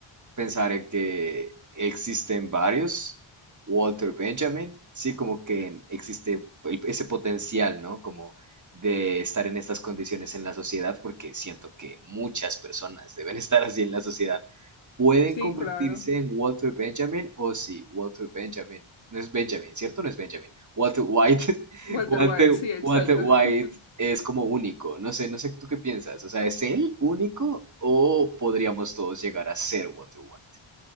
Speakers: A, on the right; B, on the left.
A: pensar en que existen varios Walter Benjamin, sí, como que existe el- ese potencial, ¿no? Como de estar en estas condiciones en la sociedad, porque siento que muchas personas deben <laughs> estar así en la sociedad. ¿Pueden
B: Sí,
A: convertirse
B: claro.
A: en Walter Benjamin? O sí, Walter Benjamin. No es Benjamin, ¿cierto? No es Benjamin. Walter White. <laughs>
B: Walter
A: Walter,
B: White, sí, exacto.
A: Walter White
B: <laughs>
A: es como único. No sé, no sé tú qué piensas. O sea, ¿es él único o podríamos todos llegar a ser Walter White?